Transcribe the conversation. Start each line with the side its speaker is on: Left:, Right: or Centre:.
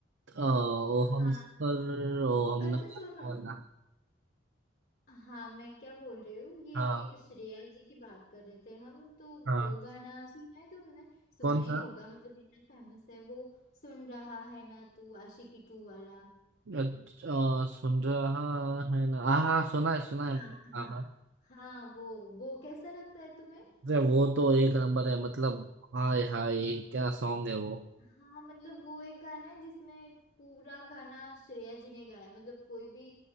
Right: अ, वो
Left: हाँ
Right: हम सर वो हमने
Left: अच्छा
Right: बात
Left: सुनो
Right: हुआ ना
Left: हाँ मैं क्या बोल रही हूँ ये
Right: हाँ
Left: श्रेया जी की बात कर रहे थे हम तो
Right: हाँ
Left: वो गाना सुना है तुमने सुना
Right: कौन
Left: ही
Right: सा
Left: होगा मतलब इतना फेमस है वो सुन रहा है ना तू आशिकी टू वाला
Right: अच्छा, सुन रहा है ना हाँ हाँ सुना है सुना
Left: हाँ
Right: है हाँ
Left: हाँ हाँ वो वो कैसा लगता है तुम्हें
Right: अरे वो तो एक नंबर है मतलब हाय हाय क्या सॉन्ग है वो
Left: हाँ मतलब वो एक गाना है जिसमें पूरा गाना श्रेया जी ने गाया है, मतलब कोई भी